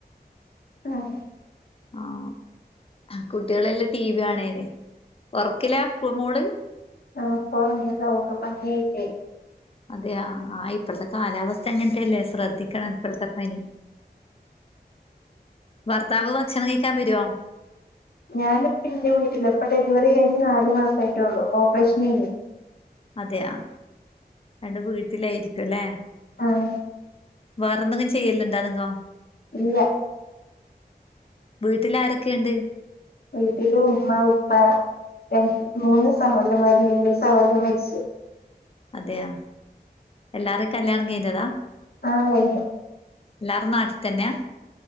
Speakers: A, on the left; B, on the left.
A: ആഹ്.
B: ആ, കുട്ട്യാളെല്ലാ ടിവി കാണേയ്ന്ന്, ഒറക്കില മോള്.
A: ആഹ് പ്പൊ ഒറങ്ങിത ഓക്ക് പനിയആയിട്ട്.
B: അതെയ ആ ഇപ്പോഴത്തെ കാലാവസ്ഥ അങ്ങനത്തെല്ലേ ശ്രദ്ധിക്കണം ഇപ്പോഴത്തെ പനി. ഭർത്താവ് ഭക്ഷണം കഴിക്കാൻ വരുവോ?
A: ഞാനി പ്പം എന്റെ വീട്ടില ഇപ്പൊ ഡെലിവറി കഴിഞ്ഞ് നാല് മാസം ആയ്ട്ടേ ള്ളൂ ഓപ്പറേഷനേനി.
B: അതെയ അന്റെ വീട്ടിലായിരിക്കുംല്ലേ?
A: ആഹ്.
B: വേറെ എന്തെങ്കും ചെയ്യന്നുണ്ടോ നിങ്ങോ.
A: ഇല്ല.
B: വീട്ടിലാരൊക്കെണ്ട്?
A: വീട്ടില് ഉമ്മ ഉപ്പ ര മൂന്ന് സഹോദരന്മാരുണ്ടാന്നു ഇ ഒരു സഹോദരൻ മരിച്ചു.
B: അതെയ എല്ലാരും കല്യാണം കഴിഞ്ഞതാ?
A: ആഹ് കഴിഞ്ഞു.
B: എല്ലാരുംനാട്ടിത്തന്നെയാ?